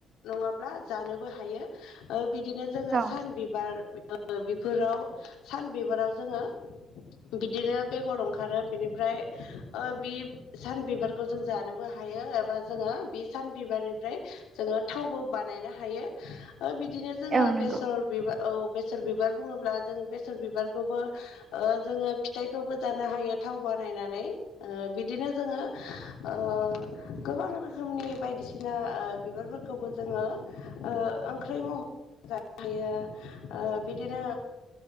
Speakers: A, on the left (about 85°); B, on the right (about 45°).
A: नङाब्ला जानोबो हायो ओ बिदिनो जोङो
B: औ
A: सान बिबार <unintelligible> बिफोराव सान बिबाराव जोङो बिदिनो बेगर ओंखारो बिनिफ्राय ओ बि सान बिबारखौ जों जानोबो हायो एबा जोङो बि सान बिबारनिफ्राय जोङो थावबो बानायनो हायो ओ बिदिनो जोङो
B: औ नंगौ
A: बेसर बिबा औ बेसर बिबार बुङोब्ला जों बेसर बिबारखौबो ओ जोङो फिथाइखौबो जानो हायो थाव बानायनानै ओ बिदिनो जोङो ओ गोबां रोखोमनि बायदिसिना ओ बिबारफोरखौबो जोङो ओ ओंख्रै मह जानो हायो ओ बिदिनो